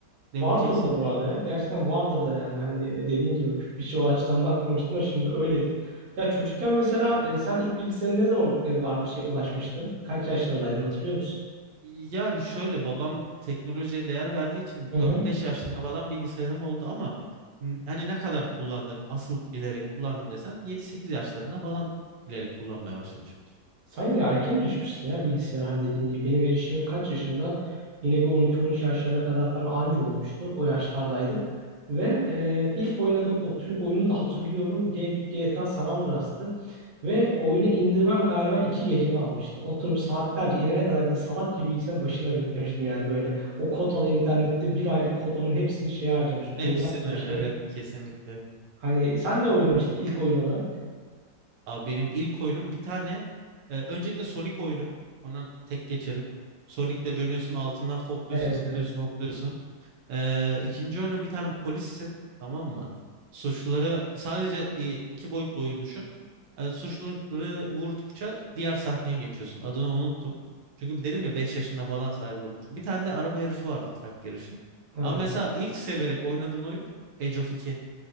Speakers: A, on the right (about 85°); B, on the right (about 60°).
A: Ne
B: Vardır
A: bileceksin
B: da
A: ki?
B: bu arada ya. Gerçekten vardır da yani. Hani e, dediğin gibi bir şey o açıdan bakmamıştım ama şimdi öyledir. Ya çocukken mesela e, sen ilk bilgisayarın ne zaman e, var şey ulaşmıştın? Kaç yaşlarındaydın hatırlıyor musun?
A: Yani şöyle babam teknolojiye değer verdiği için
B: Hı hı.
A: dört beş yaşlarında falan bilgisayarım oldu ama n- hani ne kadar kullandın asıl bilerek kullandın desen yedi sekiz yaşlarında falan bilerek kullanmaya başlamışımdır.
B: Sen yine erken erişmişsin ya bilgisayar hani dediğin gibi. Benim erişimim kaç yaşında? Yine bir 12-13 yaşlarına kadar falan anca olmuştu. O yaşlardaydım. Ve e, ilk oynadığım o tür- oyunu da hatırlıyorum. G- GTA San Andreas'tı. Ve oyunu indirmem galiba iki gecemi almıştı. Oturup saatlerce inene kadar bir de salak gibi bilgisayarın başında beklemiştim. Yani böyle o kotalı internette bir aylık kotamın hepsini şeye harcamıştım.
A: Ha.
B: Oyuna
A: Hepsini
B: harcamıştım.
A: evet kesinlikle.
B: Hani sen ne oynamıştın ilk oyun olarak?
A: Abi benim ilk oyunum bir tane e, öncelikle Sonic oyunu. Ondan tek geçerim. Sonic'le dönüyorsun altınlar topluyorsun
B: Evet
A: zıplıyorsun
B: evet.
A: hopluyorsun. Ee, ikinci oyunu bir tane polissin tamam mı? Suçluları sadece e, iki boyutlu oyun düşün. Ee, suçluları vurdukça diğer sahneye geçiyorsun. Adını unuttum. Çünkü dedim ya 5 yaşında falan sahibi olmuştum. Bir tane de araba yarışı vardı trak yarışı.
B: Ha.
A: Ama mesela ilk severek oynadığın oyun Age of 2.